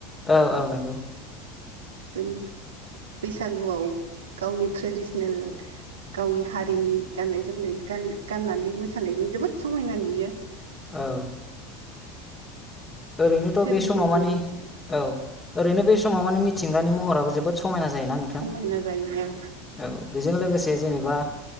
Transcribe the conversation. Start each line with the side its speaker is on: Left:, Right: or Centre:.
Left: औ औ नांगौ
Right: बे बैसागुआव गावनि ट्रेडिसनेल गावनि हारिनि गाननाय जोमनाय गाननानै मोसानायजों जोबोद समायना नुयो
Left: औ ओरैनोथ'
Right: सोलियो
Left: बे समाव
Right: जोंनिथिं
Left: मानिे औ ओरैनो बे समाव मानिे मिथिंगानि महराबो जोबोद स समायना जायोना नोंथां
Right: समायना जायो
Left: औ बेजों लोगोसे जेनेबा